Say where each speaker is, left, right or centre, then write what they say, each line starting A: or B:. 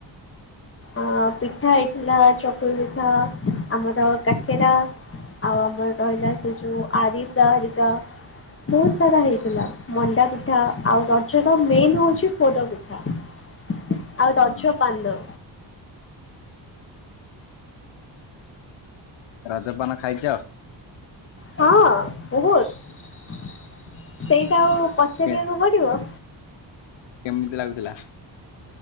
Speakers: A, on the left; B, on the left.
A: ଅ ପିଠା ହେଇଥିଲା ଚକୁଳି ପିଠା ଆମର କାକେରା ଆଉ ଆମର କହିଲା ସେ ଯୋଉ ଆରିଶାରିକା ବହୁତ ସାରା ହେଇଥିଲା ମଣ୍ଡା ପିଠା ଆଉ ରଜର ମେନ ହଉଛି ପୋଡ ପିଠା। ଆଉ ରଜ
B: ହଁ
A: ପାନ।
B: ରଜପାନ ଖାଇଛ?
A: ହଁ ବହୁତ ସେଇଟା ଆଉ ପଚାରିବାକୁ
B: କେ
A: ପଡିବ?
B: କେମିତି ଲାଗୁଥିଲା?